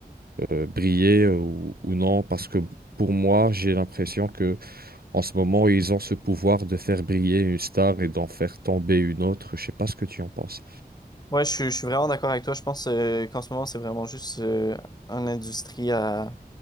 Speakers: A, on the right; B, on the left.
A: euh, briller euh, ou, ou non, parce que pour moi, j'ai l'impression que en ce moment, ils ont ce pouvoir de faire briller une star et d'en faire tomber une autre. Je sais pas ce que tu en penses.
B: Ouais, je, suis- je suis vraiment d'accord avec toi. Je pense euh, qu'en ce moment, c'est vraiment juste euh, une industrie à-